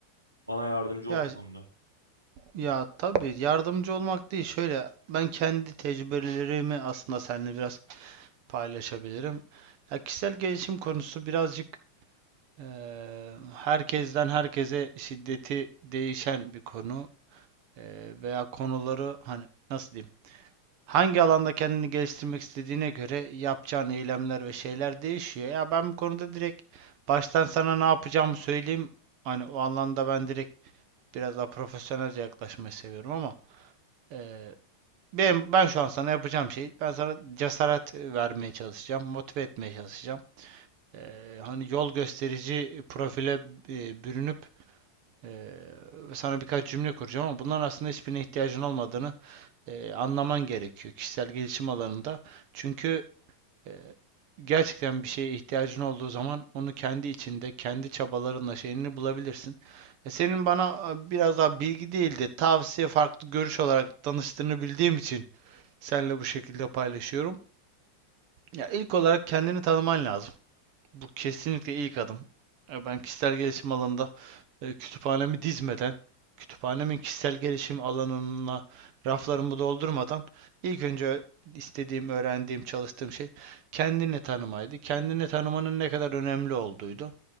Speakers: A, on the right; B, on the right.
A: Bana yardımcı
B: Ya
A: ol bu konuda.
B: ya tabii yardımcı olmak değil. Şöyle ben kendi tecrübelerimi aslında seninle biraz paylaşabilirim. Ya kişisel gelişim konusu birazcık eee, herkesten herkese şiddeti değişen bir konu Eee, veya konuları hani nasıl diyeyim Hangi alanda kendini geliştirmek istediğine göre yapacağın eylemler ve şeyler değişiyor. Ya ben bu konuda direkt baştan sana ne yapacağımı söyleyeyim. Hani o alanda ben direkt biraz daha profesyonelce yaklaşmayı seviyorum ama eee benim ben şu an sana yapacağım şey ben sana cesaret e, vermeye çalışacağım, motive etmeye çalışacağım. Eee, hani yol gösterici profile e, bürünüp eee, sana birkaç cümle kuracağım ama bunların aslında hiçbirine ihtiyacın olmadığını e, anlaman gerekiyor kişisel gelişim alanında. Çünkü e, gerçekten bir şeye ihtiyacın olduğu zaman onu kendi içinde, kendi çabalarınla şeyini bulabilirsin. E, senin bana e, biraz daha bilgi değil de tavsiye, farklı görüş olarak danıştığını bildiğim için seninle bu şekilde paylaşıyorum. Ya ilk olarak kendini tanıman lazım. Bu kesinlikle ilk adım. E, Ben kişisel gelişim alanında e, kütüphanemi dizmeden, kütüphanemin kişisel gelişim alanına raflarımı doldurmadan ilk önce istediğim, öğrendiğim, çalıştığım şey kendini tanımaydı. Kendini tanımanın ne kadar önemli olduğuydu.